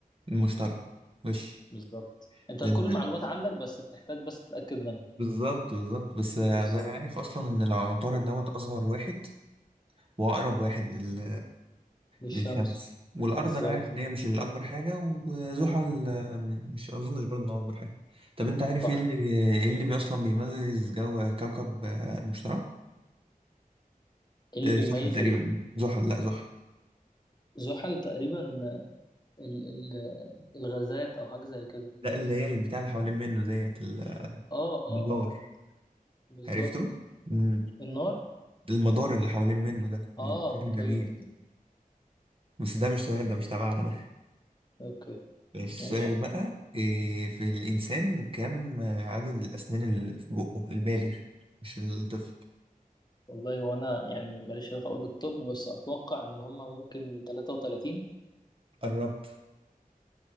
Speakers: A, on the right; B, on the left.
A: المشتري ماشي
B: بالظبط انت
A: لأن
B: كل المعلومات عندك بس بتحتاج بس تتأكد منها
A: بالظبط بالظبط بس آه،
B: بالظبط
A: ده انا عارف اصلا ان العطارد دوت اصغر واحد واقرب واحد لل...
B: دي الشمس
A: للشمس والارض
B: بالظبط
A: انا عارف ان هي مش الاكبر حاجه وزحل آه، مش اظنش برضه ان هو اكبر حاجه طب انت عارف
B: صح
A: ايه اللي ايه اللي اصلا بيميز جو كوكب آه، المشتري
B: إيه اللي
A: آه،
B: بيميز
A: زحل تقريبا زحل لا زحل
B: الزحل تقريبا ال ال الغازات او حاجة زي كده
A: لا اللي هي البتاع اللي حوالين منه ديت ال-
B: اه اه
A: المدار
B: اه بالظبط
A: عرفته مم.
B: النار
A: المدار اللي حوالين منه ده اللي
B: اه
A: بشكل
B: اوكي
A: جميل بس ده مش سؤال ده مش تبعنا
B: اوكي
A: ماشي السؤال
B: ماشي
A: بقى إيه في الإنسان كم عدد الأسنان اللي في بقه البالغ مش الطفل
B: والله وانا يعني ماليش علاقة قوي بالطب بس اتوقع ان هما ممكن 33
A: قربت